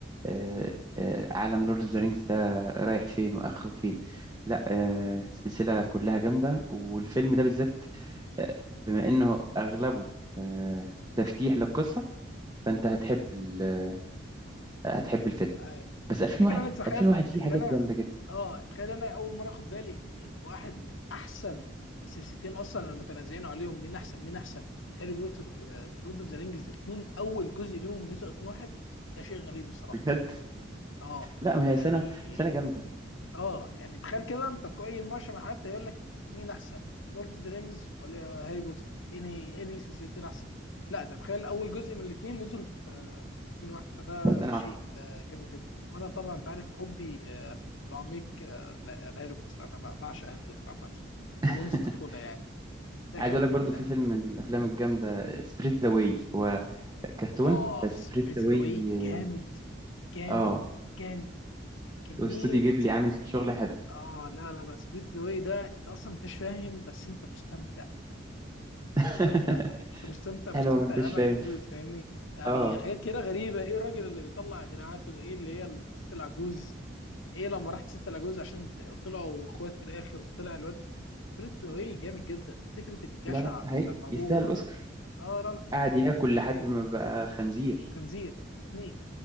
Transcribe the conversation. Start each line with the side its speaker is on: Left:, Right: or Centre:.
Right: آه، آه، عالم لورد أوف ذا رينجز ده رايح فين وآخره فين لا آه، السلسلة كلها جامدة والفيلم ده بالذات آه، بما إنه أغلبه آه، تفتيح للقصة فأنت هتحب ال- هتحب الفيلم
Left: ايوه
Right: بس 2001
Left: الفكره انا اتخيل
Right: 2001 فيه
Left: اللي
Right: حاجات
Left: انا
Right: جامده جدا
Left: اه اتخيل انا اول مره اخد بالي ان واحد من احسن سلسلتين اصلا المتنازعين عليهم مين احسن مين احسن هاري بوتر وذا لورد اوف ذا رينجز الاثنين اول جزء ليهم نزل 2001 ده شيء غريب الصراحه
Right: بجد
Left: اه
Right: لا ما
Left: يعني
Right: هي سنه سنه جامده
Left: اه يعني تخيل كده انت في اي مناقشه مع حد يقول لك مين احسن لورد اوف ذا رينجز ولا هاري بوتر انهي انهي سلسلتين احسن لا ده تخيل اول جزء من الاثنين نزلوا يكون واحد فده
Right: سنه
Left: شيء
Right: واحده
Left: آه، جامد جدا وانا طبعا انت عارف حبي آه، العميق آه، ل- لهاري بوتر انا ب- بعشق هاري بوتر عامه من
Right: <laughs>
Left: منذ الطفوله يعني ده
Right: عايز
Left: كان
Right: اقول لك برضو في فيلم من الافلام الجامده سبريت ذا واي هو كرتون
Left: اه
Right: بس
Left: سبيريت
Right: سبريت ذا
Left: ذا
Right: واي
Left: واي جامد جامد
Right: اه
Left: جامد كميه
Right: واستوديو جيبلي عامل فيه شغل حلو
Left: اه لا لا لا سبيريت ذا واي ده انت اصلا انت مش فاهم بس انت مستمتع
Right: <laughs>
Left: انت مستمتع انت مستمتع مستمتع
Right: حلو ما انتش
Left: لابعد
Right: فاهم
Left: الحدود فاهمني يعني
Right: اه
Left: حاجات كده غريبه ايه الراجل اللي بيطلع دراعاته ايه اللي هي الست العجوز ايه لما رحت ستة لاجوز عشان ت- وطلعوا اخوات في الاخر وطلع الواد سبريت واي جامد جدا فكره الجشع
Right: لا لا حقيقي
Left: لما ابوه
Right: يستاهل اوسكار
Left: اه لا لا
Right: قعد ياكل
Left: سبريت
Right: لحد
Left: واي
Right: ما بقى خنزير
Left: خنزير الاثنين